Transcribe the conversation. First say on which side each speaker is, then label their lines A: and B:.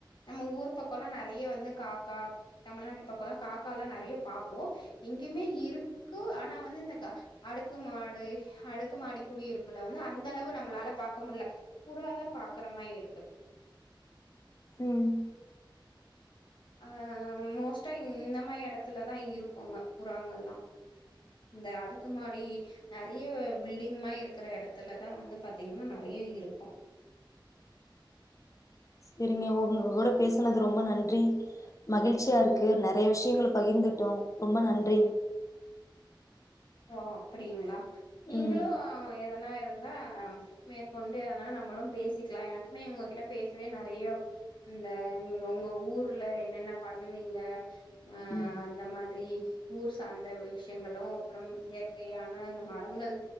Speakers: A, on the left; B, on the left.
A: நம்ம ஊர் பக்கம்ல்லாம் நெறைய வந்து காக்கா தமிழ்நாட்டு பக்கோ எல்லாம் காக்கா எல்லாம் நெறைய பார்பப்போம் இங்கேுமே இருக்கு ஆனா வந்து இந்த அடுக்குமாடு அடுக்குமாடி குடியிருப்புல வந்து அந்த அளவு நம்மளால பாார்கக்க முடியல புறாதான் பாக்குற மாதிரி இருக்கு
B: ம்
A: அ மோஸ்ட்டா இந்த மாய் எடத்துலதா இருக்குங்க புறாங்கள்ல்லா இந்த அடுக்குமாடி நறைய பில்டிங் மாய் இருக்குற எடத்துலதா வந்து பாத்தீங்கனா நறைய இருக்கும்
B: செரிங்க உங்க கூட பேசுனது ரொம்ப நன்றி மகிழ்ச்சியா இருக்கு நறைய விஷ் யங்கள பகிர்ந்துட்டோ ரொம்ப நன்றி
A: ஓ அப்டிங்ளா நீங்களு
B: ம்
A: எத ன இருந்தா மேற்கொண்டு எதனாலு நம்மளும் பேசிக்கலா எனக்குமே உங்ககிட்ட பேசவே நெறைய இந்த நீங்க உங்க ஊர்ல என்னென்ன பண்ணுவீங்க அ
B: ம்
A: அந்த மாதிரி ஊர் சார்ந்த விஷ்யங்களு அப்றம் இயற்கையான அந்த மரங்கள்